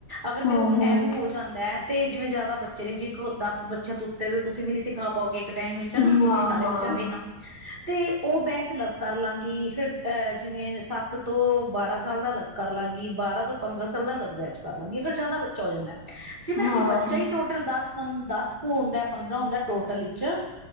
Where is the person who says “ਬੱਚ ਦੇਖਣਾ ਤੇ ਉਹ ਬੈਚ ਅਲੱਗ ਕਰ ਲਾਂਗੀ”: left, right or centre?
Right